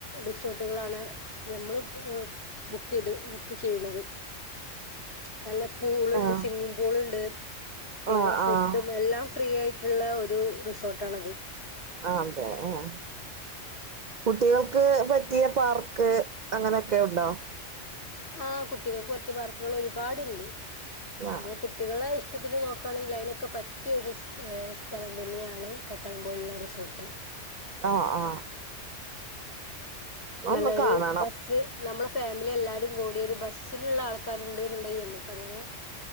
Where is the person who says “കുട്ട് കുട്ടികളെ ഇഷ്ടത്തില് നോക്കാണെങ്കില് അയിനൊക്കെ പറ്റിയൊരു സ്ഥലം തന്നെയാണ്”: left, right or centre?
Left